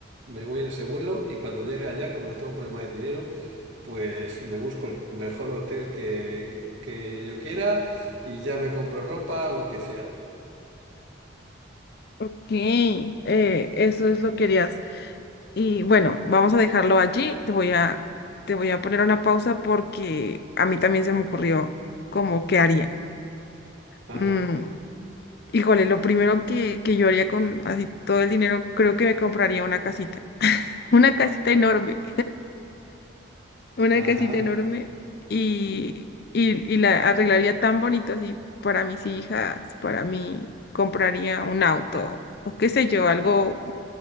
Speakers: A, on the right (about 75°); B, on the left (about 50°).
A: me voy en ese vuelo y cuando llegue allá, como no tengo problema de dinero, pues me busco el mejor hotel que, que yo quiera y ya me compro ropa o lo que sea.
B: Ok, eh, eso es lo que querías. Y bueno, vamos a dejarlo allí. Te voy a, te voy a poner una pausa porque a mí también se me ocurrió como qué haría.
A: Ajá,
B: Mm, híjole, lo primero que, que yo haría con así todo el dinero, creo que me compraría una casita. <laughs> Una casita enorme. una
A: ajá.
B: casita enorme y, y, y la arreglaría tan bonito así para mis hijas, para mí compraría un auto o qué sé yo, algo